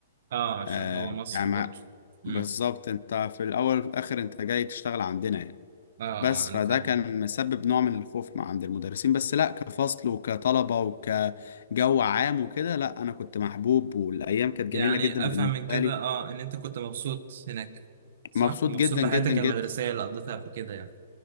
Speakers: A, on the right; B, on the left.
A: اه عشان
B: آه
A: هو مصري
B: يعني
A: برضه
B: مع- بالظبط
A: امم
B: انت في الاول وفي الاخر انت جاي تشتغل عندنا يعني
A: اه
B: بس
A: اه انا
B: فده
A: فاهم
B: كان مسبب نوع من الخوف مع عند المدرسين بس لا كفصل وكطلبة وكجو عام وكده لا انا كنت محبوب والايام كانت
A: يعني
B: جميلة جدا
A: افهم
B: بالنسبة
A: من كده
B: لي
A: اه ان انت كنت مبسوط هناك صح
B: مبسوط
A: مبسوط
B: جدا
A: بحياتك
B: جدا جدا
A: المدرسيه اللي قضيتها قبل كده يعني